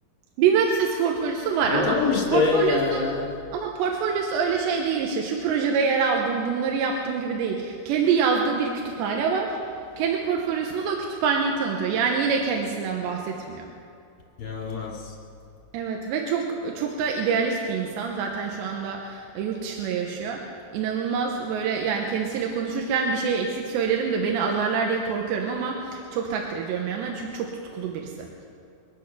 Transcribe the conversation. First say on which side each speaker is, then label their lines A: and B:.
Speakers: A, on the right (about 80°); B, on the left (about 35°).
A: Bir web sitesi portfolyosu var
B: E
A: ama
B: tamam işte
A: portfolyosu
B: ya.
A: ama portfolyosu öyle şey değil işte. Şu projede yer aldım, bunları yaptım gibi değil. Kendi yazdığı bir kütüphane var. Kendi portfolyosunda da o kütüphaneyi tanıtıyor. Yani yine kendisinden bahsetmiyor.
B: İnanılmaz. <laughs>
A: Evet ve çok çok da idealist bir insan. Zaten şu anda e, yurt dışında yaşıyor. İnanılmaz böyle yani kendisiyle konuşurken bir şey eksik söylerim de beni azarlar diye korkuyorum ama çok takdir ediyorum yandan çünkü çok tutkulu birisi.